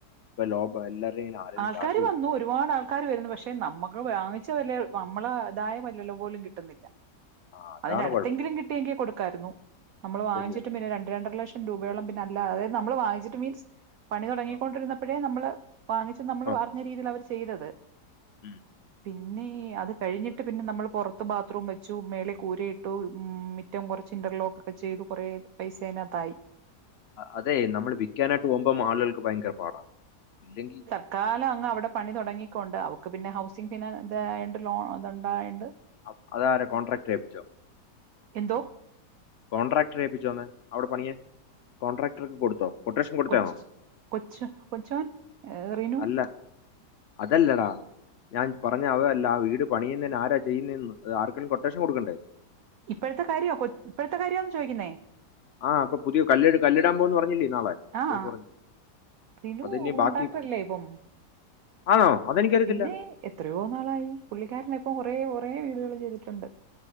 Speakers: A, on the left; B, on the right.
A: ഇപ്പൊ ലോഭം എല്ലാവരുടെയും ഇങ്ങനെ ആരെങ്കിലും
B: ആൾക്കാര്
A: കാശുമില്ല
B: വന്നു ഓയി ഒരുപാട് ആൾക്കാര് വരുണ്ട്. പക്ഷെ നമ്മക്ക് വാങ്ങിച്ച വെലെ നമ്മള് ഇതായ വെല്ലല്ലും പോലും കിട്ടുന്നില്ല.
A: ആ അതാണ്
B: അതിന്നടുത്തെങ്കിലും
A: കുഴപ്പം
B: കിട്ടിയെങ്കിൽ കൊടുക്കായിരുന്നു. നമ്മൾ
A: അത്
B: വാങ്ങിച്ച്
A: ശരിയാ
B: പിന്നെ രണ്ട് രണ്ടര ലക്ഷം രൂപയോളം പിന്നെല്ലാതെ നമ്മള് വാങ്ങിച്ചിട്ട് മീൻസ് പണിതൊടങ്ങിക്കൊണ്ടിരുന്നപ്പ
A: ആ,
B: ഴെ നമ്മള് വാങ്ങിച് നമ്മള്
A: ആ,
B: പറഞ്ഞ രീതീലവർ ചെയ്തത്.
A: ഉം.
B: പിന്നേ അത് കഴിഞ്ഞിട്ട് പിന്നെ നമ്മൾ പൊറ് ത്ത് ബാത്റൂം വെച്ചു. മേലെ കൂര ഇട്ടു. ഉം മിറ്റം കൊറ്ച്ച് ഇന്റർലോക്കൊക്കെ ചെയ്തു. കൊറേ പൈസ അയിനാത്തായി.
A: അതെ നമ്മൾ വിക്കാനായിട്ട് പോവുമ്പം ആളുകൾക്ക് ഭയങ്കര പാടാ. ഇല്ലെങ്കി
B: ക്കാല അങ്ങ് അവിടെ പണി തൊടങ്ങിക്കോണ്ട് അവക്ക് പിന്നെ ഹൗസിങ്ങ് പിന്നെ ഇതായണ്ട് ലോൺ ഇത്ണ്ടായോണ്ട്.
A: അവ് അതാരെ കോൺട്രാക്ട് ഏല്പിച്ചോ?
B: എന്തോ?
A: കോൺട്രാക്ടറേ ഏപ്പിച്ചോന്ന് അവിടെ പണിയാൻ കോട്രാക്ടർക്ക് കൊടുത്തോ കൊട്ടേഷൻ കൊടുത്താണോ
B: കൊച്ച് കൊച്ചു കൊച്ചോൻ റിനു
A: അല്ല അതല്ലടാ ഞാൻ പറഞ്ഞ അതല്ല ആ വീട് പണിയുന്നേന് ആരാ ചെയ്യുന്നേന്ന് അതാർക്കേലും കൊട്ടേഷൻ കൊടുക്കണ്ടേ
B: ഇപ്പഴത്തെ കാര്യോ കൊ ഇപ്പോഴത്തെ കാര്യാന്ന് ചോയിക്കുന്നേ
A: ആഹ് ഇപ്പൊ പുതിയ കല്ല് കല്ലിടാൻ പോന്ന് പറഞ്ഞില്ലേ നാളെ
B: ആഹ്
A: പറഞ്ഞു
B: റിനു
A: അതിനി
B: കോണ്ടട്രാക്ടറല്ലേ
A: ബാക്കി
B: ഇപ്പം
A: ആണോ അതെനിക്കറിയത്തില്ല
B: പിന്നെ എത്രയോ നാളായി പുള്ളിക്കാര്ന്പ്പം കൊറേ കൊറേ വീടുകൾ ചെയ്തിട്ടുണ്ട്